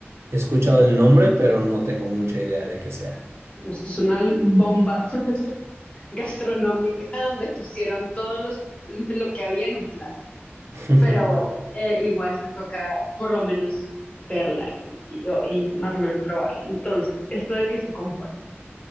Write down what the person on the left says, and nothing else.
Bueno, esto es una bomba <laughs> gastronómica donde pusieron todo los, lo que había en un plato.
Pero bueno, eh, igual te toca por lo menos verla y, y- y más o menos probarla. Entonces, ¿esto de qué se compone?